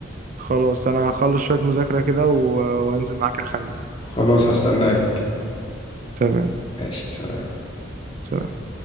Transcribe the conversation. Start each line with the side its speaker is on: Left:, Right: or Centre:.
Right: خلاص انا هخلص شويه مذاكره كده و... وانزل معاك الخميس
Left: خلاص هستناك
Right: تمام
Left: ماشي سلام
Right: سلام